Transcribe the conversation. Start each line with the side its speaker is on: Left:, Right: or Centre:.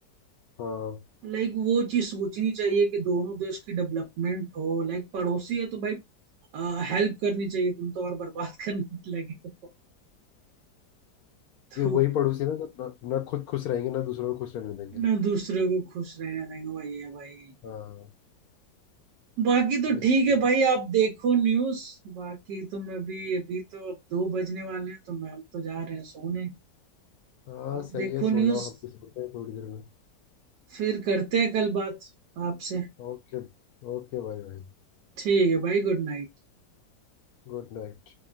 Left: हाँ
Right: लाइक वो चीज सोचनी चाहिए कि दोनों देश की डेवलपमेंट हो लाइक पड़ोसी है तो भाई हेल्प करनी चाहिए तुम तो और बर्बाद <laughs> करने लगे हो तो
Left: ये वही पड़ोसी ना जो ना, ना खुद खुश रहेंगे ना दूसरों को खुश रहने देंगे
Right: ना दूसरे को खुश रहने देंगे भाई ये भाई
Left: हाँ
Right: बाकी तो
Left: बस
Right: ठीक
Left: सही
Right: है भाई
Left: है
Right: आप देखो न्यूज़ बाकी तो मैं भी अभी तो अब दो बजने वाले हैं तो मैं हम तो जा रहे हैं सोने
Left: हाँ
Right: आप
Left: सही
Right: देखो
Left: है सो
Right: न्यूज़
Left: जाओ हम भी सोते हैं थोड़ी देर में
Right: फिर करते हैं कल बात आपसे
Left: ओके ओके भाई भाई
Right: ठीक है भाई गुड नाइट
Left: गुड नाइट